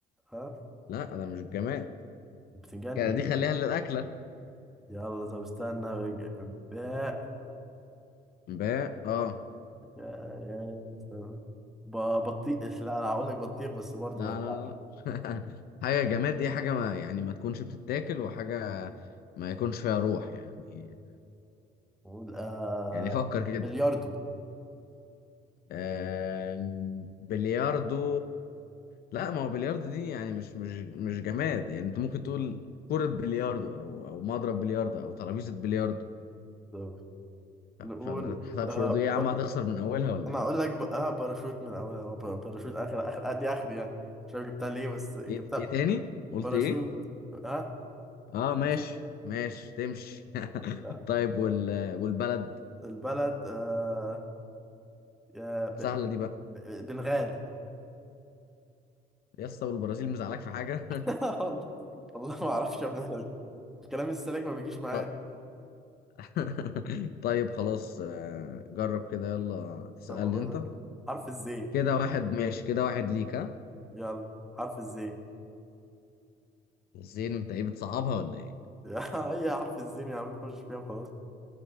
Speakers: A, in the centre; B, on the left.
A: ها
B: لا ده مش جماد
A: بتنجان
B: كده دي خليها للأكلة
A: يلا طب استنى ج- باء
B: باء اه
A: يا يا استنى ب- بطيخ <laughs> لا انا هقول لك بطيخ بس برضه
B: لا
A: ما ينفعش
B: لا لا <laughs> حاجة جماد دي حاجة ما يعني ما تكونش بتتاكل وحاجة ما يكونش فيها روح يعني
A: نقول آه
B: يعني فكر كده
A: بلياردو
B: آم، بلياردو لا ما هو بلياردو دي يعني مش مش مش جماد يعني انت ممكن تقول كرة بلياردو او او مضرب بلياردو او ترابيزة بلياردو
A: طب
B: ف-
A: نقول
B: فما تحسبش
A: آه
B: برضه
A: ب...
B: ايه يا عم هتخسر من اولها ولا
A: انا
B: ايه؟
A: هقول لك ب... آه باراشوت من اولها هو ب- باراشوت اخر اخر آه دي اخري يعني مش عارف جبتها ليه بس جبتها
B: ايه إيه تاني؟ قلت
A: باراشوت
B: ايه؟
A: ها
B: اه ماشي
A: باراشوت.
B: ماشي تمشي <laughs>
A: آه؟
B: طيب وال والبلد
A: البلد آه يا ب...
B: سهلة دي بقى
A: ب... بالغال
B: يا اسطى والبرازيل مزعلاك في حاجة
A: <laughs> والله والله ما اعرفش يا ابني أنا الكلام السالك ما بيجيش
B: <laughs>
A: معايا
B: ط- <laughs> طيب خلاص آه، جرب كده يلا تسألني
A: طب اقول
B: انت
A: لك حرف الزين
B: كده واحد ماشي كده واحد ليك ها
A: يلا حرف الزين
B: زين انت ايه بتصعبها ولا ايه
A: <laughs> هي حرف الزين يا عم نخش فيها وخلاص